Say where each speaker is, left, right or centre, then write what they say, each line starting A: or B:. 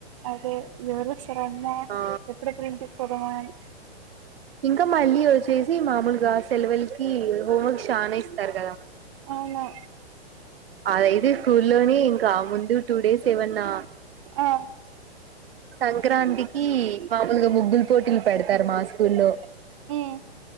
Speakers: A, on the right; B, on the right.
A: అదే ఎవరుస్తర అమ్మా
B: ఆ
A: ఎప్పుడెప్పుడు ఇంటికి పోదమా అని
B: ఇంకా మళ్ళీ వచ్చేసి మామూలుగా సెలవులకి హోంవర్క్ చానా ఇస్తారు గదా
A: అవునా
B: అదయితే స్కూల్లోని ఇంకా ముందు టూ డేస్ ఏవన్నా
A: ఆ
B: సంక్రాంతికి మామూలుగా ముగ్గులు పోటీలు పెడతారు మా స్కూల్లో
A: ఉమ్